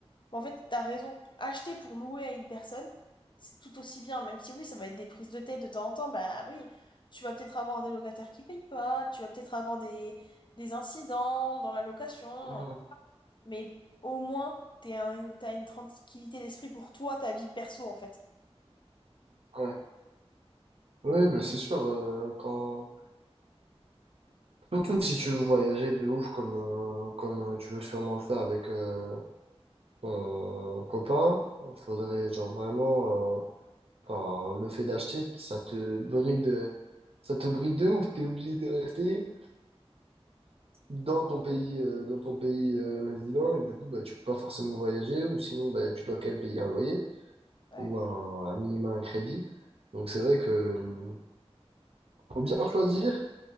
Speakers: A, on the left; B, on the right.
A: Mais en fait, t'as raison. Acheter pour louer à une personne, c'est tout aussi bien. Même si oui, ça va être des prises de tête de temps en temps, bah oui, tu vas peut-être avoir des locataires qui payent pas, tu vas peut-être avoir des, des incidents dans la location,
B: Mhm.
A: mais au moins t'es un- t'as une tranquillité d'esprit pour toi, ta vie perso en fait.
B: Ouais. Oui, bah c'est sûr, euh, quand... surtout si tu veux voyager de ouf comme, euh, comme euh, tu veux sûrement le faire avec euh, ton copain, faudrait genre vraiment, euh, enfin, le fait d'acheter, ça te bride, euh, ça te bride de ouf, t'es obligé de rester dans ton pays, euh, dans ton pays euh, résident, et du coup, bah, tu peux pas forcément voyager, ou sinon, bah, tu dois quand même payer un loyer,
A: Ouais,
B: ou un, un minima un crédit. Donc c'est vrai que euh, faut bien choisir